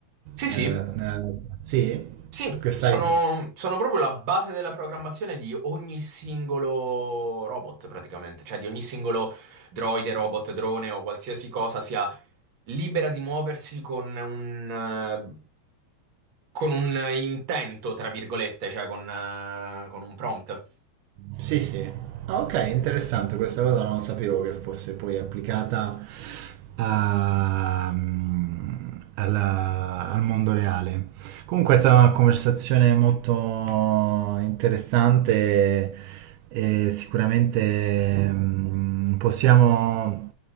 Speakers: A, on the right; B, on the right.
A: Sì,
B: nella,
A: sì,
B: nella... Sì?
A: sì,
B: Tu che sai?
A: sono, sono proprio la base della programmazione di ogni singolo robot, praticamente, cioè di ogni singolo droide, robot, drone o qualsiasi cosa sia libera di muoversi con un, eh, con un intento, tra virgolette, cioè con, eh, con un prompt.
B: Sì, sì. Ah, ok, interessante, questa cosa non sapevo che fosse poi applicata a- mm, alla- al mondo reale. Comunque è stata una conversazione molto interessante e sicuramente mm, possiamo